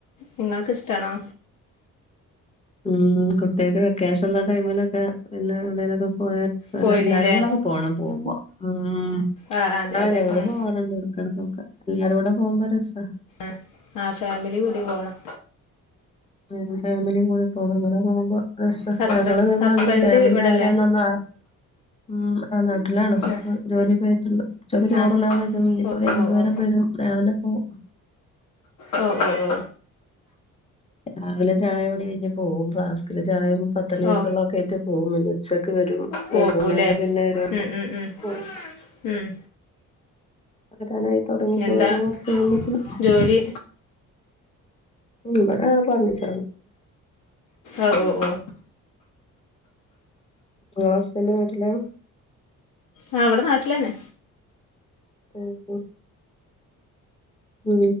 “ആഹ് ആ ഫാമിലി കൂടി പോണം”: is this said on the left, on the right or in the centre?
Left